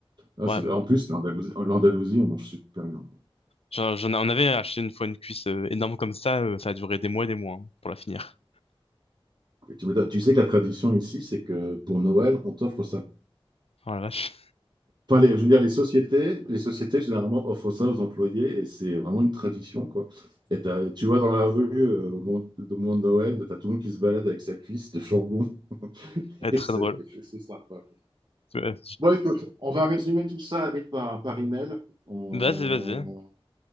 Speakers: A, on the right; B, on the left.
A: Ah,
B: Ouais,
A: c'est-
B: euh,
A: en plus, l'Andalousie, l'Andalousie, on mange super bien.
B: j'en, j'en- on avait acheté une fois une cuisse euh, énorme comme ça. euh, ça a duré des mois et des mois hein, pour la finir.
A: Et tu, Tu sais que la tradition ici, c'est que pour Noël, on t'offre ça.
B: Oh la vache.
A: Enfin, les- je veux dire, les sociétés, les sociétés généralement offrent ça aux employés et c'est vraiment une tradition, quoi. Et t'as- tu vois dans la rue, euh, au moment, au moment de Noël, t'as tout le monde qui se balade avec sa cuisse de chambon <laughs>
B: Elle est
A: Et
B: très
A: c'est
B: drôle.
A: c'est sympa. quoi.
B: Ouais.
A: Bon, écoute, on va résumer tout ça avec par, par email. On-
B: Vas-y, vas-y.